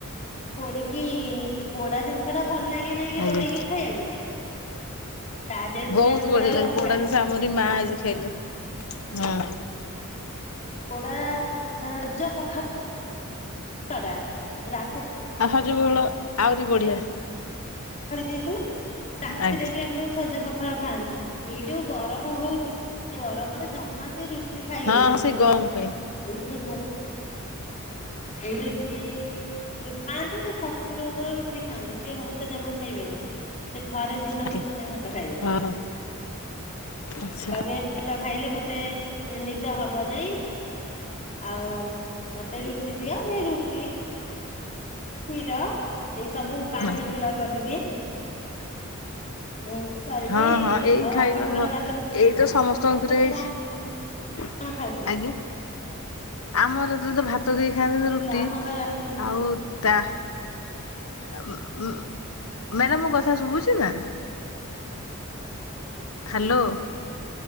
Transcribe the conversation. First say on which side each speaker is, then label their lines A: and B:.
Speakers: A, on the left; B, on the left.
A: ପୋଡିକି ପୋଡା ଜିନିଷ ଟା ଭଲ ଲାଗେ ନାଇଁ କି
B: ଆଜ୍ଞା।
A: ଦଳିକି ଖାଇବାକୁ। ତା ଦେହରେ
B: ବହୁତ
A: ଦିଟା ପୋଡା
B: ବଢିଆ ଲାଗେ,
A: ଲଙ୍କା
B: ପୋଡା ଜିନିଷ ଆମରି ମା ଶିଖେଇଲେ, ହୁଁ
A: ପୋଡା ରଜ ପଖା <inaudible> କଉଁଟା ରା
B: <inaudible> ଆହୁରି ବଢିଆ,
A: ଖାଳି ଦିପୁ ରାତିରେ
B: ଆଜ୍ଞା
A: ବି ଆମର ସଜ ପଖାଳ ଖାଆନ୍ ଏଇ ଯୋଉ ଗରମ ହଉଛି ସେ ଗରମରେ ଜ ଜମା ସେ ରୁଟି ଖାଇ
B: ହଁ
A: ହଉନି
B: ହଁ ସେଇ ଗରମ ପାଇଁ
A: ଏଇ ଦିନରେ ଏଇ ରୁଟି କରି ଖାଆନ୍ତି ଶଶୁର ମୋର ରୁଟି ଖାଆନ୍ତି। ସେ ଭାତ ଜମା ଖାଇବେନି ସେ ଥରେ ଦିନକୁ
B: ଆଜ୍ଞା।
A: ଥରେ ଭାତ ଖାଇବେ।
B: ଓହୋ ଆଚ୍ଛା
A: କହିବେ ଭାତ ଖାଇଲେ ମତେ ନିଦ ହବ ନାଇଁ। ଆଉ ମତେ ରୁଟି ଦିଅ ମୁଁ ରୁଟି କ୍ଷୀର ଏଇ ସବୁ ପାଣି
B: ଆଜ୍ଞା
A: ସନ୍ତୁଳା କରିଦିଏ। ଏମିତି କରିଦିଏ
B: ହଁ ହଁ ଏଇ
A: ଆଉ
B: ଖାଇବେ
A: ଆପଣଙ୍କର
B: ମ
A: ରାତିରେ
B: ଏଇ ତ ସମସ୍ତଙ୍କର
A: ସବୁ
B: ଘରେ
A: କଣ କଣ ଖାଉଚନ୍ତି?
B: ଆଜ୍ଞା ଆମର ତ ଭାତ କେହି ଖାଆନ୍ତିନି ରୁଟି
A: ଆପଣଙ୍କର
B: ଆଉ ତା ଉ ଉଁ। ମ୍ୟାଡ଼ାମ ମୋ କଥା ଶୁଭୁଚି ନା ହାଲୋ।